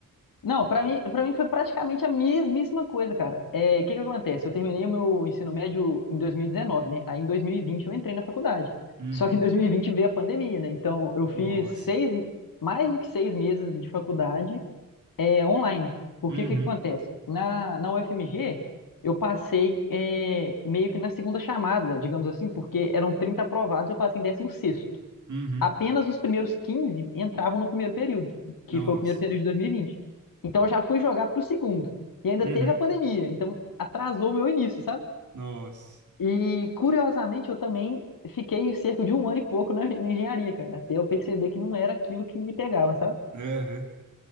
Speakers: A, on the left; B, on the right.
A: Não, pra mim, para mim foi praticamente a mesmíssima coisa, cara. É, o que que acontece? Eu terminei o meu ensino médio em 2019, né? Aí em 2020, eu entrei na faculdade.
B: Uhum.
A: Só que em 2020 veio a pandemia, né? Então eu fiz
B: Nossa.
A: seis, mais do que seis meses de faculdade é, online. Porque
B: Uhum.
A: o que que acontece? Na, na UFMG, eu passei é, meio que na segunda chamada, digamos assim, porque eram 30 aprovados, eu passei em 16º.
B: Uhum.
A: apenas os primeiros 15 entravam no primeiro período, que
B: Nossa.
A: foi o primeiro período de 2020. Então eu já fui jogar para o segundo. E ainda
B: Uhum.
A: teve a pandemia, então atrasou o meu início, sabe?
B: Nossa.
A: E curiosamente eu também fiquei cerca de um ano e pouco na, na engenharia, cara, até eu perceber que não era aquilo que me pegava, sabe?
B: Aham.